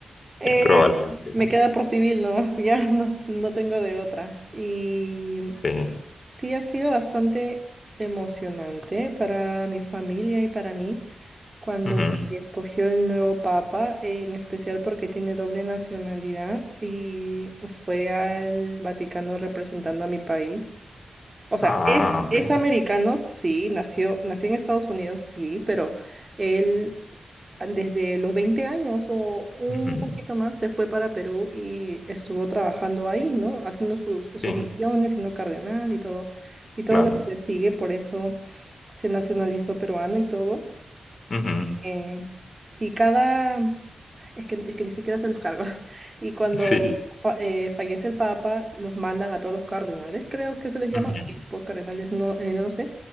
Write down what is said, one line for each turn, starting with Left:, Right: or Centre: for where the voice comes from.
Right: Eh,
Left: es probable que entienda.
Right: me queda por civil nomás, <laughs> ya no, no tengo de otra. Y
Left: Sí.
Right: sí ha sido bastante emocionante para mi familia y para mí cuando
Left: Ujú.
Right: se escogió el nuevo papa, en especial porque tiene doble nacionalidad y fue al Vaticano representando a mi país. O sea,
Left: Ah,
Right: es, es
Left: vale.
Right: americano, sí, nació, nació en Estados Unidos, sí, pero él ah, desde los 20 años o un
Left: Ujú.
Right: poquito más se fue para Perú y estuvo trabajando ahí, ¿no? Haciendo sus, sus
Left: Sí,
Right: misiones, siendo cardenal y todo, y todo
Left: claro.
Right: lo que le sigue, por eso se nacionalizó peruano y todo.
Left: Ujú.
Right: Eh, y cada, es que, es que ni siquiera se los cargos. <laughs> Y cuando
Left: Sí.
Right: fa- eh, fallece el Papa, los mandan a todos los cardenales, creo que se les llama
Left: Ujú.
Right: obispos, cardenales, no, eh, no lo sé,